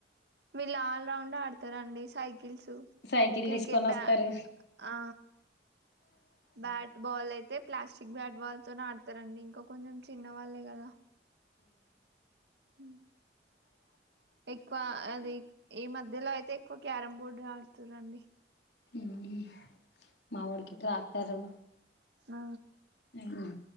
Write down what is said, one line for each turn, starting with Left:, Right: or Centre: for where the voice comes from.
Right: వీళ్ళ్ ఆల్ రౌండ్ ఆడతారండి స్ కిల్సు
Left: సైకిల్
Right: క్రికెట్
Left: తీసుకొని
Right: బ్యా
Left: వస్తారు
Right: ఆ బ్యాట్ బాల్ అయితే ప్లాస్టిక్ బ్యాట్ బాల్ తో ఆడతారండి ఇంకా కొంచెం చిన్న వాళ్ళే కదా ఉమ్ ఎక్కువ అది ఈ మధ్యలో ఐతే ఎక్కువ క్యారం బోర్డ్ ఏ ఆడుతుర్ర్ అండి
Left: మ్ హు మా ఓడికి ట్రాక్టరు
Right: ఆ
Left: ఉమ్